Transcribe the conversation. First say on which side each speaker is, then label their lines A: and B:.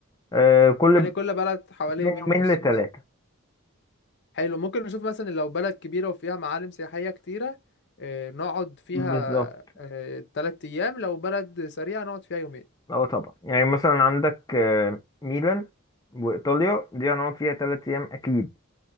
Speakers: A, on the left; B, on the left.
A: آه، كل
B: يعني
A: ب-
B: كل بلد حوالي
A: من
B: يومين ونص
A: يومين لثلاثة
B: مثلا حلو ممكن نشوف مثلا لو بلد كبيرة وفيها معالم سياحية كتيرة إيه، نقعد فيها
A: بالظبط
B: ثلاث ايام لو بلد سريعة نقعد فيها يومين
A: اه طبعا يعني مثلا عندك آه، ميلان وايطاليا دي هنقعد فيها ثلاث ايام اكيد